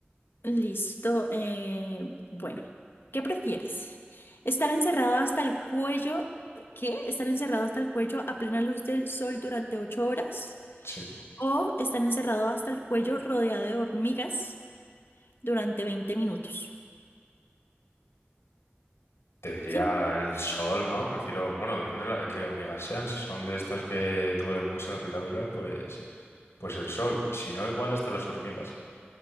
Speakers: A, on the left; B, on the left.
A: Listo. eh, bueno, ¿qué prefieres? ¿Estar encerrado hasta el cuello? ¿Qué? ¿Estar encerrado hasta el cuello a plena luz del sol durante ocho horas?
B: Sí.
A: ¿O estar encerrado hasta el cuello rodeado de hormigas durante 20 minutos?
B: Te diría
A: Siento-
B: el sol, ¿no? Prefiero, bueno, depende de la- de qué hormigas sean. Si son de estas que duelen mucho la picadura, pues, pues el sol. Si no, igual hasta las hormigas.